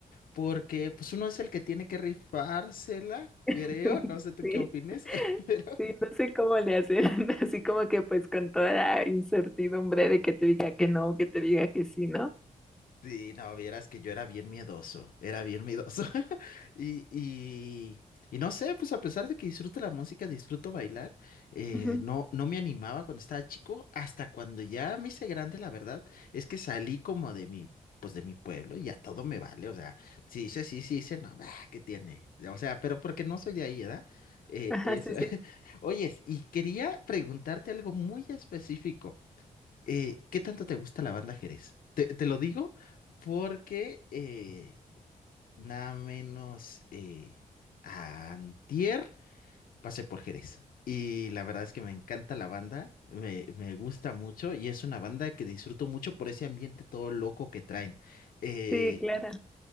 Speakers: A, on the left; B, in the centre.
A: porque pues uno es el que tiene que rifársela, creo.
B: <laughs>
A: No sé tú
B: Sí.
A: qué opines, <laughs> pero
B: Sí, no sé cómo le hacen, <laughs> así como que pues con toda la incertidumbre de que te diga que no, que te diga que sí, ¿no?
A: Sí, no, vieras que yo era bien miedoso, era bien miedoso. <laughs> Y, y, y no sé, pues a pesar de que disfruto la música, disfruto bailar, eh,
B: Ujú.
A: no, no me animaba cuando estaba chico, hasta cuando ya me hice grande, la verdad, es que salí como de mi, pues de mi pueblo y ya todo me vale, o sea, si dice sí, si dice no, bah, ¿qué tiene? O sea, pero porque no soy de ahí, ¿verdad? Eh,
B: Ajá,
A: eso.
B: sí,
A: <laughs>
B: sí.
A: Oyes, y quería preguntarte algo muy específico eh, ¿qué tanto te gusta la banda Jerez? Te, te lo digo porque eh, nada menos eh, antier pasé por Jerez. Y la verdad es que me encanta la banda, me, me gusta mucho y es una banda que disfruto mucho por ese ambiente todo loco que traen. Eh,
B: Sí, claro.